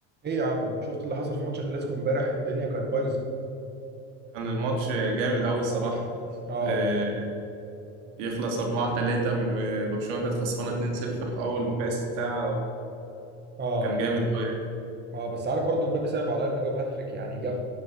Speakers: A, on the right (about 30°); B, on the right (about 75°).
A: ايه يا عم شفت اللي حصل في ماتش الكلاسيكو امبارح الدنيا كانت بايظه
B: كان الماتش جامد أوي الصراحة
A: اه
B: آه، يخلص 4-3 من آه، برشلونة كانت خسرانة 2-0 في أول ربع ساعة
A: اه
B: كان جامد أوي
A: اه بس عارف برضه مبابي صعب عليا انه جاب هاتريك يعني جاب